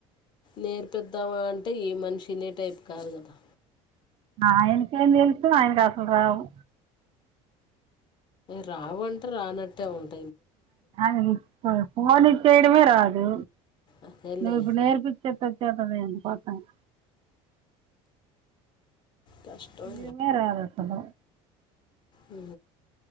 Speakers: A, on the left (about 35°); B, on the right (about 40°).
A: నేర్పద్దామా అంటే ఈ మనిషినే టైప్ కాదు కదా
B: ఆయనకేం తెలుసు ఆయనకు అసలు రావు
A: రావు అంటే రానట్టే ఉంటంది
B: ది ఇ పోన్చ్చయడమే రాదు
A: అదేలే
B: నువు ఇప్పు నేర్ పచత వచ్చాదనేే అ పాతను
A: కష్టం
B: మీరుంగే రాదసదం
A: అ